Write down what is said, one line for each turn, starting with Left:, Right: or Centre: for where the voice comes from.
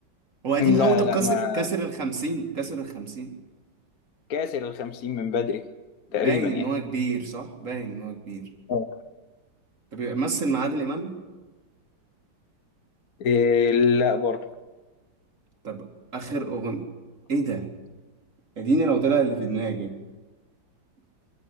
Right: هو قديم
Left: لا
Right: قوي طب
Left: لا
Right: كسر
Left: ما
Right: كسر الخمسين كسر الخمسين
Left: كاسر الخمسين من بدري
Right: باين
Left: تقريبا يعني
Right: ان هو كبير صح باين ان هو كبير
Left: آه.
Right: طب يبقى مثل مع عادل امام
Left: إيه لا برضه
Right: طب اخر اغنيه ايه ده اديني لو طلع اللي في دماغي